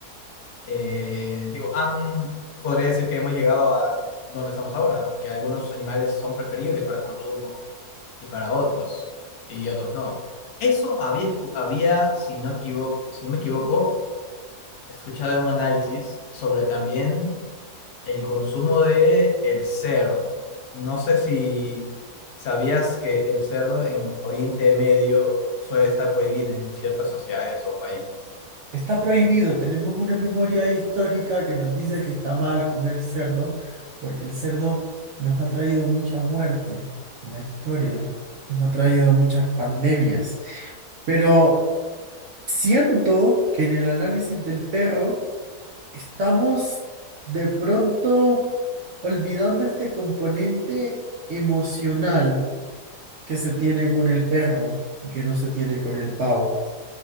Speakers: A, on the left; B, on the right.
A: eh, digo, han- podría decir que hemos llegado a donde estamos ahora, que algunos animales son preferibles para consumo y para otros, y otros no. Eso había, escu- había, si no equivo- si no me equivoco, he escuchado un análisis sobre también el consumo de el cerdo. No sé si sabías que el cerdo en Oriente Medio suele estar prohibido en ciertas sociedades o países.
B: Está prohibido, tenemos una memoria histórica que nos dice que está mal comer cerdo, porque el cerdo nos ha traído mucha muerte en la historia, nos ha traído muchas pandemias. Pero siento que en el análisis del perro estamos de pronto olvidando este componente emocional que se tiene con el perro y que no se tiene con el pavo.